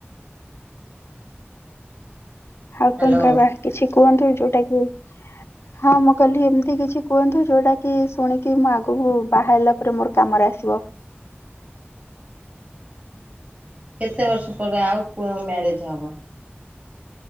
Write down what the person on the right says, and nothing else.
ହ୍ୟାଲୋ।
କେତେ ବର୍ଷ ପରେ ଆଉ ମ୍ୟାରେଜ ହବ?